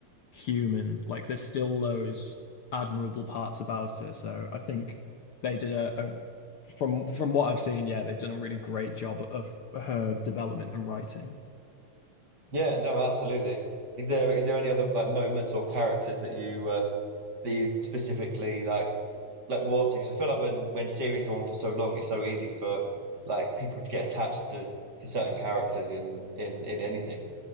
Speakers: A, on the left (about 60°); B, on the right (about 35°).
A: human. Like there's still those admirable parts about her. So I think they did a, a from from what I've seen, yeah, they've done a really great job of her development and writing.
B: Yeah, no, absolutely. Is there is there any other like moments or characters that you uh, that you specifically like like warm to? Because I feel like when when series go on for so long, it's so easy for like people to get attached to to certain characters in in in anything.